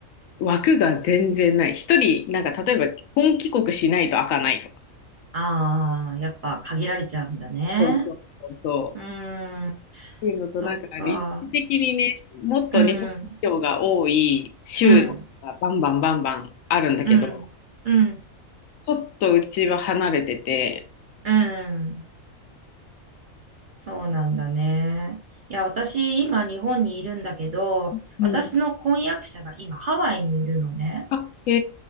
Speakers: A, on the left (about 75°); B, on the right (about 55°).
A: 枠が全然ない。一人、なんか例えば本帰国しないと開かないとか。
B: ああ、やっぱ限られちゃうんだね。
A: そうそうそうそう。
B: うーん。
A: っていうのと、
B: そっか。
A: なんか立地的にね、もっと日本人が多い州がバンバンバンバンあるんだけど、
B: うん。うん。うん。うん。
A: ちょっとうちは離れてて、
B: うん。そうなんだね。いや、私、今、日本にいるんだけど、
A: うん。
B: 私の婚約者が今、ハワイにいるのね。
A: あ、へ